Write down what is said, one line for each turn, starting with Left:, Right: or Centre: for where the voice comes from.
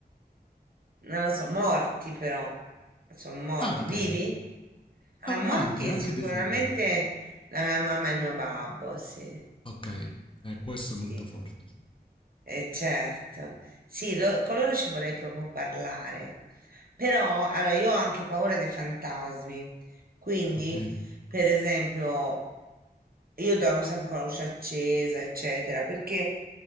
Right: non lo so, morti però. Sono morti.
Left: Anche,
Right: Vivi? Ah,
Left: ah,
Right: morti
Left: anche, anche
Right: sicuramente
Left: defunti.
Right: la mia mamma e il mio babbo, sì,
Left: Ok, eh, questo
Right: sì.
Left: è molto forte. Sì.
Right: Eh, certo, sì, lo- con loro ci vorrei proprio parlare, però allora, io ho anche paura dei fantasmi, quindi
Left: Ok.
Right: per esempio io dormo sempre con la luce accesa, eccetera, perché